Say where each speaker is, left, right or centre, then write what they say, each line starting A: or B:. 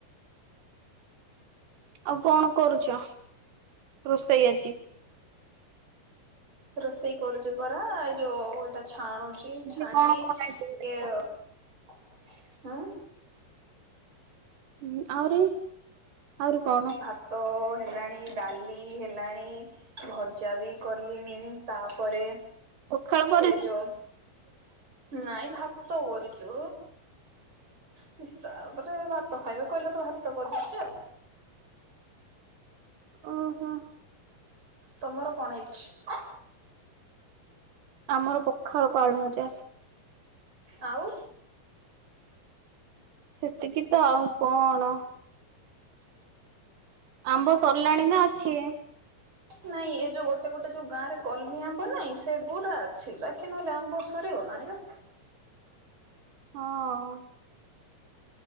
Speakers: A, on the right; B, on the right.
A: ଆଉ କଣ କରୁଛ ରୋଷେଇ ଆଜି।
B: ରୋଷେଇ କରୁଛି ପରା ଏଇ ଯୋଉ ଏଇଟା ଛାଣୁଚି। ଏଇ
A: ଆଜି
B: ଛାଣିଵି
A: କଣ କଣ ଆଇଟମ୍ କରିଛ?
B: ଏଆଉ ହୁଁ।
A: ହୁଁ ଆହୁରିି ଆହୁରି କଣ?
B: ଭାତ ହେଲାଣି ଡାଲି ହେଲାଣି। ଭଜା ବି କଲିଣି ତାପରେ
A: ପଖାଳ କରିନ?
B: ଏ ଯୋଉ ନାଇଁ ଭାତ କରିଚୁ। <unintelligible> ତାପରେ ଭାତ ଖାଇବେ କହିଲେ ତ ଭାତ କରିଦେଇଛି ଆଉ।
A: ଓହୋ।
B: ତମର କଣ ହେଇଛି?
A: ଆମର ପଖାଳ କୁ ଆଳୁ ଭଜା।
B: ଆଉ
A: ସେତିକି ତ ଆଉ କଣ? ଆମ୍ବ ସରିଲାଣି ନା ଅଛି?
B: ନାଇଁ ଏ ଯୋଉ ଗୋଟେ ଗୋଟେ ଯୋଉ ଗାଁରେ କଲମୀ ଆମ୍ବ ନାଇଁ ସେଗୁଡ଼ା ଅଛି ବାକି ନହେଲେ ଆମ୍ବ ସରି ଗଲାଣି ନା।
A: ହଁ।